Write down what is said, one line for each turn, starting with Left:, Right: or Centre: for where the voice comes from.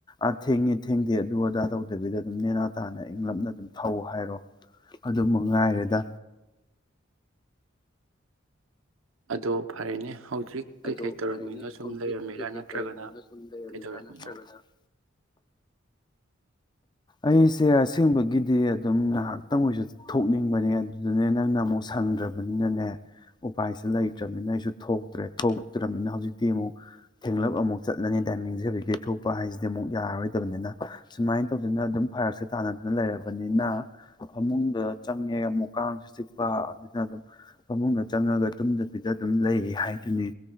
Left: ꯑꯊꯦꯡ ꯊꯦꯡꯗꯦ ꯑꯗꯨ ꯑꯗꯥ ꯇꯧꯗꯕꯤꯗ ꯑꯗꯨꯝ ꯅꯦꯅꯥ ꯇꯥꯅ ꯏꯪꯂꯞꯅ ꯑꯗꯨꯝ ꯊꯧꯑꯣ ꯍꯥꯏꯔꯣ ꯑꯗꯨꯃꯛ ꯉꯥꯏꯔꯦꯗ
Right: ꯑꯗꯣ ꯐꯔꯦꯅꯦ ꯍꯧꯖꯤꯛ ꯀꯩꯀꯩ
Left: ꯑꯗꯣ
Right: ꯇꯧꯔꯝꯃꯤꯅꯣ
Left: ꯐꯔꯦꯅꯦ
Right: ꯁꯨꯝ
Left: ꯍꯧꯖꯤꯛ
Right: ꯂꯩꯔꯝꯃꯤꯔꯥ
Left: ꯀꯩꯀꯩ
Right: ꯅꯠꯇ꯭ꯔꯒꯅ
Left: ꯇꯧꯔꯝꯃꯤꯅꯣ ꯁꯨꯝ ꯂꯩꯔꯝꯃꯦꯔ
Right: ꯀꯩꯗꯧꯔꯝꯃꯤꯅꯣ
Left: ꯅꯠꯇ꯭ꯔꯒꯅꯧ ꯑꯩꯁꯦ ꯑꯁꯦꯡꯕꯒꯤꯗꯤ ꯑꯗꯨꯝ ꯉꯍꯥꯛꯇꯪ ꯑꯣꯏꯁꯨ ꯊꯣꯛꯅꯤꯡꯕꯅꯦ ꯑꯗꯨꯗꯨꯅꯦ ꯅꯪꯅ ꯑꯃꯨꯛ ꯁꯪꯗ꯭ꯔꯕꯅꯤꯅꯅꯦ ꯎꯄꯥꯏꯁꯦ ꯂꯩꯇ꯭ꯔꯕꯅꯤꯅ ꯑꯩꯁꯨ ꯊꯣꯛꯇ꯭ꯔꯦ ꯊꯣꯛꯇ꯭ꯔꯕꯅꯤꯅ ꯍꯧꯖꯤꯛꯇꯤ ꯑꯃꯨꯛ ꯊꯦꯡꯂꯞ ꯑꯃꯨꯛ ꯆꯠꯂꯅꯤ ꯇꯥꯏꯃꯤꯡꯁꯦ ꯍꯧꯖꯤꯛꯇꯤ ꯊꯣꯛꯄ ꯍꯥꯏꯁꯤꯗꯤ ꯑꯃꯨꯛ ꯌꯥꯔꯔꯣꯏꯗꯕꯅꯤꯅ ꯁꯨꯃꯥꯏꯅ ꯇꯧꯗꯅ ꯑꯗꯨꯝ ꯐꯔꯛꯁꯦ ꯇꯥꯟꯅꯗꯅ ꯂꯩꯔꯕꯅꯤꯅ ꯐꯃꯨꯡꯗ ꯆꯪꯉꯦ ꯑꯃꯨꯛ ꯀꯥꯡꯁꯨ ꯆꯤꯛꯄ ꯑꯗꯨꯅ ꯑꯗꯨꯝ ꯐꯃꯨꯡꯗ ꯆꯪꯉꯒ ꯇꯨꯝꯗꯕꯤꯗ ꯑꯗꯨꯝ ꯂꯩ ꯍꯥꯏꯗꯨꯅꯤ